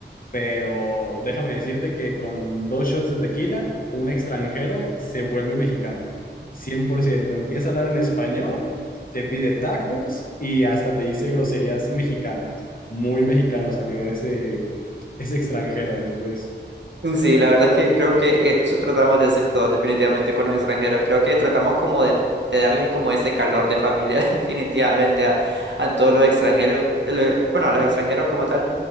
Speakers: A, on the left (about 50°); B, on the right (about 75°).
A: pero déjame decirte que con dos shots de tequila, un extranjero se vuelve mexicano, cien por ciento Empieza a hablar en español, te pide tacos y hasta te dice groserías mexicanas. Muy mexicano salió ese, ese extranjero después.
B: Sí, la verdad es que creo que eso tratamos de hacer todos definitivamente con los extranjeros. Creo que tratamos como de, de darles como ese calor de familia <laughs> definitivamente a, a todos los extranjeros, eh, lo- bueno, a los extranjeros como tal.